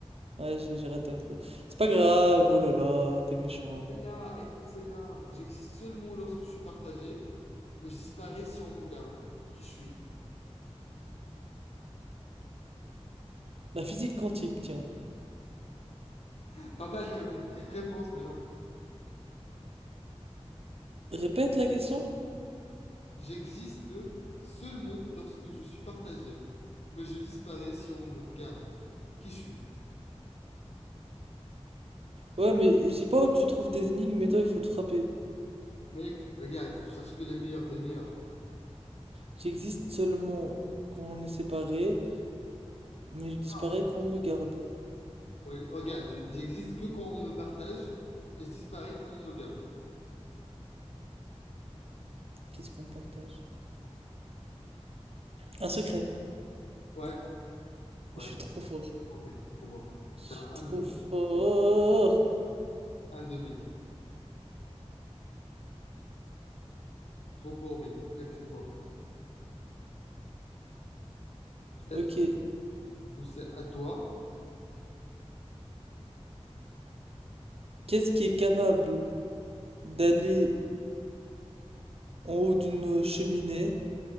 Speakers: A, on the right (about 60°); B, on the left (about 70°).
A: Ouais, j'ai j'ai raté un peu. C'est pas grave, oh là là, t'es méchant.
B: Celle-là, écoute celle-là. J'existe seulement lorsque je suis partagé, mais je disparais si on me garde. Qui je suis?
A: La physique quantique, tiens.
B: <laughs> Pas mal comme <laughs> réponse, mais non.
A: <laughs> Répète la question?
B: J'existe seulement lorsque je suis partagé, mais je disparais si on me garde. Qui je suis?
A: Ouais, mais je sais pas où tu trouves tes énigmes, mais toi, il faut te frapper.
B: Mec, regarde, je cherche que les meilleurs des meilleurs.
A: J'existe seulement quand on est séparés, mais je disparais
B: Ah.
A: quand on me garde.
B: Ouais, regarde, je- j'existe que quand on me partage et je disparais quand on me garde.
A: Qu'est-ce qu'on partage? Un secret.
B: Ouais, ouais.
A: Je suis trop fort.
B: Oh mec, trop fort.
A: Je suis
B: T'as un
A: trop
B: de,
A: fort.
B: un de mec. Trop fort, mec. Très, très fort. C'est-
A: Ok,
B: Du coup, c'est à toi.
A: Qu'est-ce qui est capable d'aller en haut d'une cheminée,